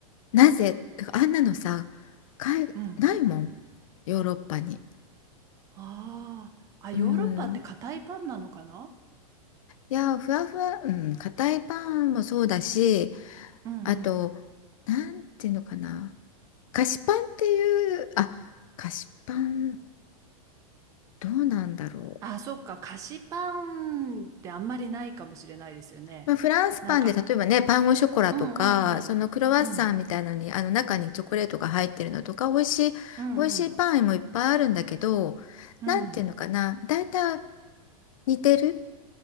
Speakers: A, on the left; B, on the right.
A: なぜ、あんなのさ、海、
B: うん。
A: ないもん。ヨーロッパに。
B: ああ、あ、ヨーロッパって硬いパンなのかな
A: うん。いや、ふわふわ、うん、硬いパンもそうだし、
B: うんうん。
A: あと、なんていうのかな。菓子パンっていう、あ、菓子パン。どうなんだろう。
B: あ、そっか。菓子パンってあんまりないかもしれないですよね。
A: まあ、フランスパンで例えばね、
B: なんか、
A: パンゴショコラとか、
B: うんうんうん。
A: そのクロワッサンみたいなのに、
B: うん。
A: あの中にチョコレートが入ってるのとか、美味しい、
B: うんうん。
A: 美味しいパンもいっぱいあるんだけど、
B: うん。
A: なんていうのかな、大体似てる。